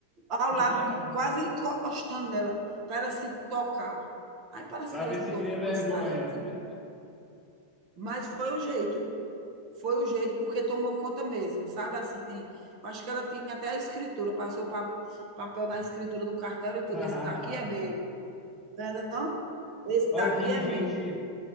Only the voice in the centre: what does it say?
<laughs>
para
ver
se
cria vergonha.
<laughs>
Olha,
tem
gente